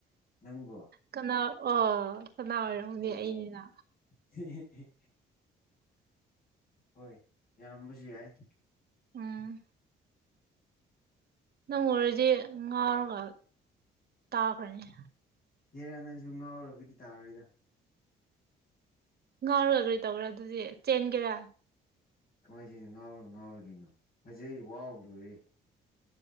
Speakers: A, on the left (about 50°); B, on the right (about 55°).
A: ꯅꯪꯕꯣ
B: ꯀꯅꯥ ꯑꯣ ꯀꯅꯥ ꯑꯣꯏꯔꯝꯒꯅꯤ ꯑꯩꯅꯤꯅ
A: ꯑꯣ <unintelligible> ꯍꯣꯏ ꯌꯥꯔꯝꯕꯁꯨ ꯌꯥꯏ
B: ꯎꯝ ꯅꯪ ꯎꯔꯗꯤ ꯉꯥꯎꯔꯒ ꯇꯥꯈ꯭ꯔꯅꯤ
A: ꯍꯦꯔꯥ ꯅꯪꯁꯨ ꯉꯥꯎꯔꯒꯗꯤ ꯇꯥꯔꯣꯏꯗ
B: ꯉꯥꯎꯔꯒ ꯀꯔꯤ ꯇꯧꯒꯦꯔ ꯑꯗꯨꯗꯤ ꯆꯦꯟꯒꯦꯔ
A: ꯀꯃꯥꯏꯅ ꯆꯦꯟꯗꯣꯏꯅꯣ ꯉꯥꯎꯔ ꯉꯥꯎꯔꯦ ꯀꯩꯅꯣ ꯐꯖꯩ ꯋꯥꯎ ꯂꯣꯏꯔꯦ